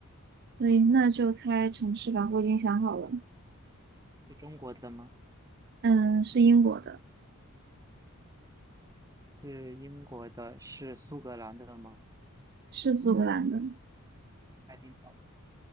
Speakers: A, on the right; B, on the right.
A: 对，那就猜城市吧。我已经想好了，
B: 是中国的吗？
A: 嗯，是英国的，
B: 是英国的，是苏格兰的吗？
A: 是苏格兰的。
B: 爱丁堡。